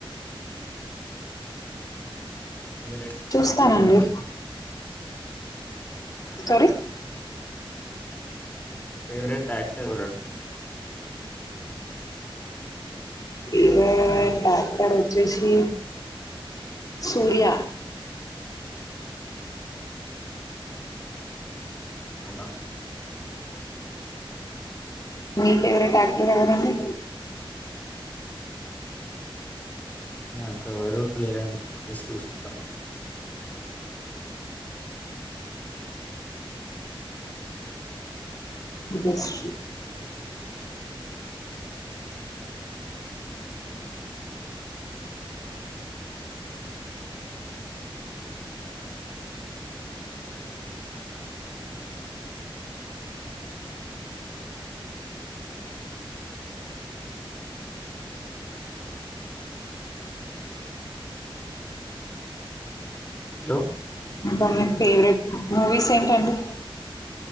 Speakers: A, on the left; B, on the left.
A: ఫేవరెట్
B: చూస్తానండి
A: యాక్టర్ ఎవరండి
B: సరి
A: ఫేవరెట్ యాక్టర్ ఎవరు అంటుంన్న
B: ఫేవరెట్ యాక్టర్ వచ్చేసి సూర్య
A: అవునా
B: మీ ఫేవరెట్ యాక్టర్ ఎవరండీ
A: నాకు ఎవరూ లేరండి జస్ట్ చూస్తాం
B: బస్
A: హలో
B: ఇకా మీకు ఫేవరెట్ మూవీస్ ఏంటండి